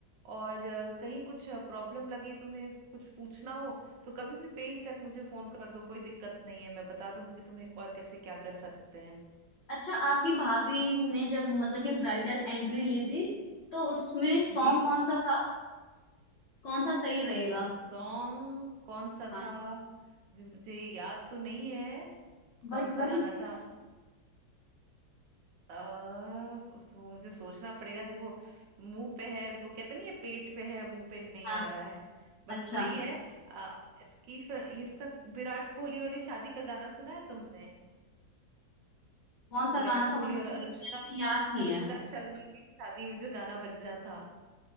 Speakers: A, on the right (about 70°); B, on the left (about 70°).
A: और अ, कहीं कुछ प्रॉब्लम लगे तुम्हें कुछ पूछना हो तो कभी भी बेहिचक मुझे फोन कर दो कोई दिक्कत नहीं है मैं बता दूंगी तुम्हें और कैसे क्या कर सकते हैं
B: अच्छा आपकी भाभी ने जब मतलब कि ब्राइडल एंट्री ली थी तो उसमें सॉन्ग
A: जी
B: कौन सा था कौन सा सही रहेगा
A: सॉन्ग कौन सा
B: हाँ
A: था अभी मुझे याद तो नहीं है कौन
B: बट
A: सा
B: वैसे
A: गाना
B: सही
A: था आ, तो मुझे सोचना पड़ेगा देखो मुंह पे है वो कहते नहीं है पेट पे है मुंह पे नहीं
B: हाँ
A: आ रहा है बस
B: अच्छा
A: वही है आ, इसकी फिर- इसका विराट कोहली वाली शादी का गाना सुना है तुमने
B: कौन सा
A: विराट
B: गाना था
A: कोहली
B: मतलब
A: और अनुष्का
B: कि वैसे याद नहीं
A: अनुष्का
B: है
A: शर्मा की शादी में जो गाना बजा था